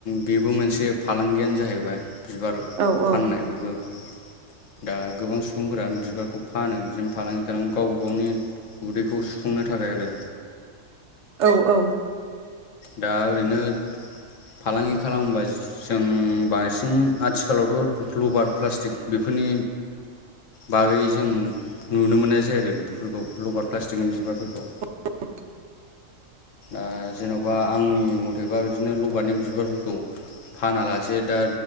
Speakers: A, on the left (about 75°); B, on the right (about 65°).
A: बेबो मोनसे फालांगियानो जाहैबाय। बिबार
B: औ औ
A: फाननाय बेबो <unintelligible> दा गोबां सुबुंफोराानो बिबारखौ फानो बिदिनो फालांगि खालाम गावबा गावनि उदैखौ सुफुंनो थाखाय आरो
B: औ औ
A: दा ओरैनो फालांगि खालामबा जों बांसिन आथिखालावथ' लभार प्लास्टिक बेफोरनि बागै जों नुनो मोननाय जायो आरो बेफोरखौ लबार प्लास्टिकनि बिबारफोरखौ
B: <unintelligible>
A: ओ जेन' बा आंनि मथेबा बिदिनो लगारनि बिबारफोरखौ फानालासे दा